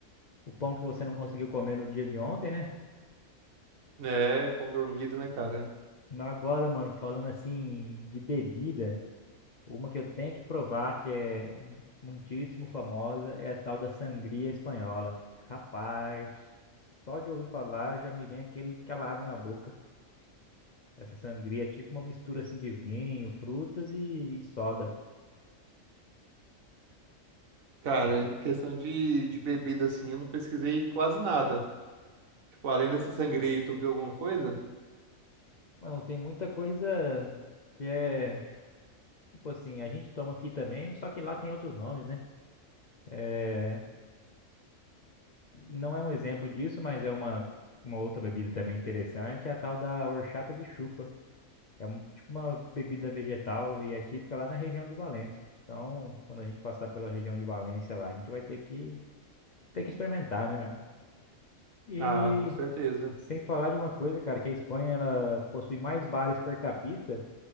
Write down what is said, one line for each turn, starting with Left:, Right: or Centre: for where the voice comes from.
Left: o pão que você não conseguiu comer no dia de ontem, né?
Right: né? Pão dormido, né, cara?
Left: Mas Agora, mano, falando assim de bebida, Uma que eu tenho que provar que é muitíssimo famosa é a tal da sangria espanhola. Rapaz, só de ouvir falar já me vem aquele, aquela água na boca. Essa sangria é tipo uma mistura assim de vinho, frutas e soda.
Right: Cara,
Left: E,
Right: em questão de, de bebida, assim, eu não pesquisei quase nada. Tipo, além dessa sangria, tu viu alguma coisa?
Left: mano, tem muita coisa que é tipo assim, a gente toma aqui também, só que lá tem outros nomes, né? É, não é um exemplo disso, mas é uma, uma outra bebida também interessante, é a tal da horchata de chufa. É um, tipo uma bebida vegetal e é típica lá na região de Valência. Então, quando a gente passar pela região de Valência lá, a gente vai ter que ter que experimentar, né, mano? E
Right: Ah, com certeza.
Left: sem falar de uma coisa, cara, que a Espanha ela possui mais bares per capita